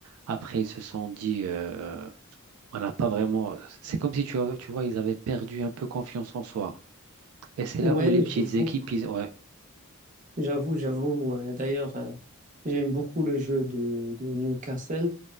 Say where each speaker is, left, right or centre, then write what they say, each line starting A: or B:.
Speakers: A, on the right; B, on the right.
A: Après, ils se sont dit, euh, on n'a pas vraiment. C'est comme si, tu vois, tu vois, ils avaient perdu un peu confiance en soi. Et c'est
B: Oui,
A: là où les petites
B: j'avoue,
A: équipes, ils... ouais,
B: j'avoue, j'avoue. Euh, D'ailleurs, euh, j'aime beaucoup le jeu de, de Newcastle